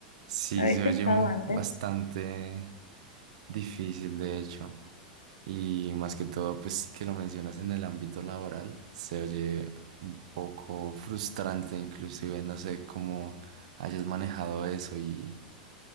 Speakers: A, on the right (about 55°); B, on the left (about 80°).
A: Sí,
B: ¿Lo habéis
A: se
B: pensado
A: oye un
B: antes?
A: bastante difícil, de hecho. Y más que todo, pues sí que lo mencionas en el ámbito laboral, se oye un poco frustrante, inclusive no sé cómo hayas manejado eso y